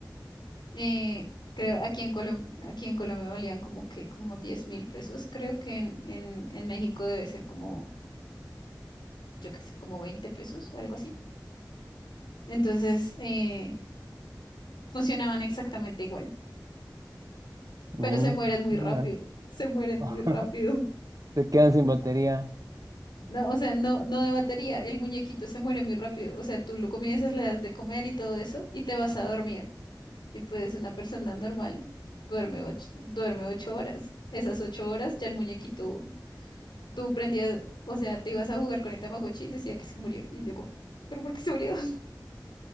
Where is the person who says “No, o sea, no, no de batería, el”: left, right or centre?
Left